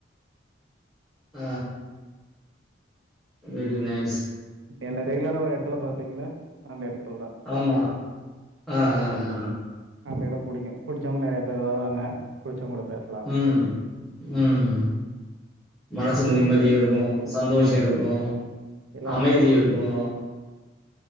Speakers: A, in the centre; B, on the right.
A: ஆ வெரி நைஸ்
B: என்ன ரெகுலரா ஒரு இடத்துல பாத்தீங்ளா அந்த இடத்துல தா
A: ஆமா ஆ ஆ ஆ
B: அந்த இடம் பிடிக்கு பிடிச்சவங்க நெறைய பேர் வருவாங்க பிடிச்சவங்கூட பேர்
A: ம் ம் மனசுக்கு
B: அந்த
A: நிம்மதியு
B: எடம் புடிக்கு
A: இருக்கு சந்தோஷ
B: ம்
A: இருக்கு
B: எல்லாமே
A: அமைதி
B: இருக்கு
A: இருக்கும்